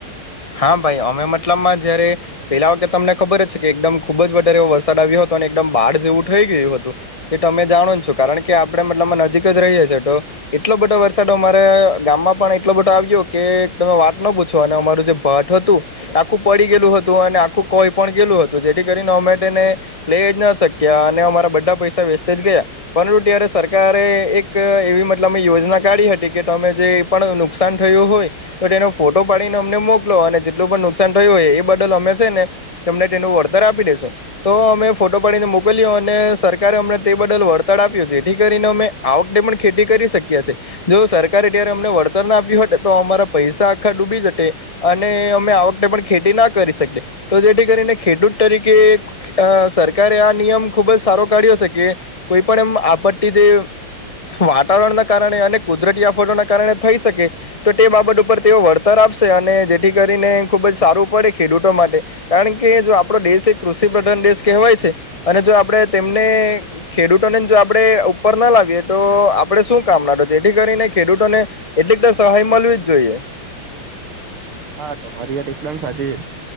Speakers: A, on the left; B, on the right.
A: હા ભાઈ અમે મતલબમાં જયારે પેલા વખતે તમને ખબર જ છે કે એકદમ ખુબ જ વધારે ડાવ્યું હતું અને એકદમ બહાર જેવું થઈ ગયું હતું એ તમે જાણો છો કારણ કે ને નજીક જ રહીએ છી તો એટલો બધો વરસાદ સાડ અમારે ગામમાં પણ એટલો બધો આવ્યો કે તમે વાત ન પૂછો અને અમારું જે ભટ્ટ હતું આખું પડી ગેલું હતું અને આખું કોઈ પણ ગેલું હતું જેથી કરીને અમેને લઈ જ ન શકી ક્યાં અને અમારા બધા પૈસા વેસ્ટ જ ગયા પરંતુ ત્યારે સરકારે એક એક એવી મતલબ મે યોજના કાઢી હતી કે તમે જે પણ નુકસાન થયું હોય તો તેનો ફોટો પાડી ને અમને મોકલો અને જેટલું પણ નુકસાન થયું હોય એ બદલ અમે છે ને તમને તેનું વળતર આપી દેસું તો અમે ફોટો પાડીને મોકલ્યો અને સરકારે અમને તે બદલ વળતર આપ્યું જેથી કરીને અમે આવ ડે પણ ખેતી કરી શક જો સરકારે અ્યારે અમને વળતર ના આપ્યું હો તો અમારા પૈસા આખા ડૂબી જ અને અમે આ વખતે પણ ખેતી ના કરી શકીએ તો જેથી કરીને ખેડૂત તરીકે સરકારે આ નિયમ ખુબ જ સારો કાઢ્યો છે કે કોઈ પણ એમ આપત્તિ જે વાતાવરણના કારણે અને કુદરતી આફતોના કારણે થઈ શકે તો તે બાબત ઉપર તેઓ વળતર સ અને જે થી કરીને ખુબ જ સારું પડે ખેડૂતો માટે કારણ કે જો આપડો દેશ એક કૃષિ પ્રધાન દેશ કહેવાય છે અને જો આપણે તેમને ખેડૂતોને જો આપડણે ઉપર ના લાવીએ તો આપણે શું? મના છે જેથી કરીને ખેડૂતોને એટલીક સહાય મળવી જ જોઈએ
B: હા તમારી વાત એકલેમ સાચી છે.